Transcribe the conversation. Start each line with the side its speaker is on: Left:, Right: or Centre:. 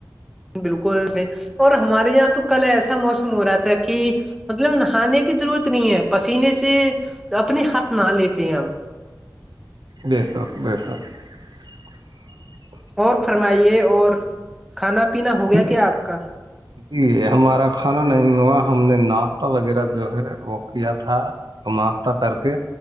Centre: بالکل سے <unintelligible> اور ہمارے یہاں تو کل ایسا موسم ہو رہا تھا کہ مطلب نہانے کی ضرورت نہیں ہے پسینے سے اپنے ہاتھ نہ لیتے ہیں ہم
Right: جے حک بے حک <unintelligible>
Centre: اور فرمائیے اور کھانا پینا ہو گیا
Right: جی
Centre: کیا آپ کا
Right: جی ہمارا کھانا نہیں ہوا ہم نے ناشتہ وغیرہ جو ہے وہ کیا تھا تو ہفتہ تر کے